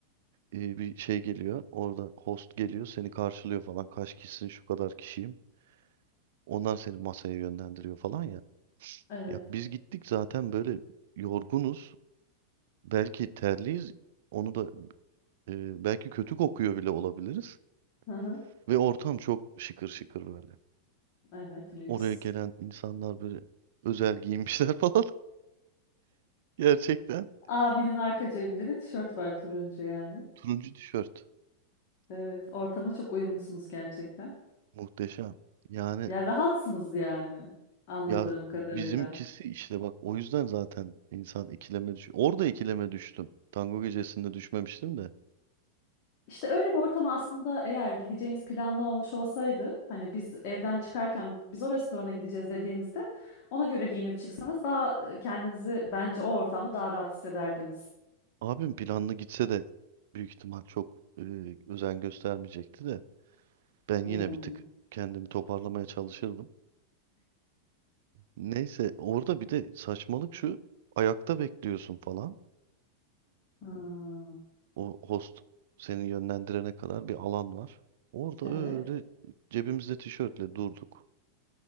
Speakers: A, on the right; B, on the left.
A: Ee, bir şey geliyor. Orada host geliyor. Seni karşılıyor falan. Kaç kişisin şu kadar kişiyim. Onlar seni masaya yönlendiriyor falan ya.
B: Evet.
A: Ya biz gittik zaten böyle yorgunuz. Belki terliyiz. Onu da e, belki kötü kokuyor bile olabiliriz.
B: Hı hı.
A: Ve ortam çok şıkır şıkır böyle.
B: Evet, lüks.
A: Oraya gelen insanlar böyle özel giymişler <laughs> falan. Gerçekten
B: Abinin arka cebinde de tişört var turuncu yani.
A: turuncu tişört.
B: Evet, ortama çok uyumlusunuz gerçekten.
A: Muhteşem. Yani
B: Ya rahatsınız yani anladığım
A: ya
B: kadarıyla.
A: bizimkisi işte bak o yüzden zaten insan ikileme düşüyor. Orada ikileme düştüm. Tango gecesinde düşmemiştim de.
B: İşte öyle bir ortam aslında eğer gideceğiniz planlı olmuş olsaydı, hani biz evden çıkarken biz o restorana gideceğiz dediğinizde ona göre giyinip çıksanız daha e, kendinizi bence o ortamda daha rahat hissederdiniz.
A: Abim planlı gitse de büyük ihtimal çok e, özen göstermeyecekti de. Ben
B: Hmm.
A: yine bir tık kendimi toparlamaya çalışırdım. Neyse orada bir de saçmalık şu ayakta bekliyorsun falan.
B: Ha,
A: O host seni yönlendirene kadar bir alan var. Orada
B: evet.
A: öyle cebimizde tişörtle durduk.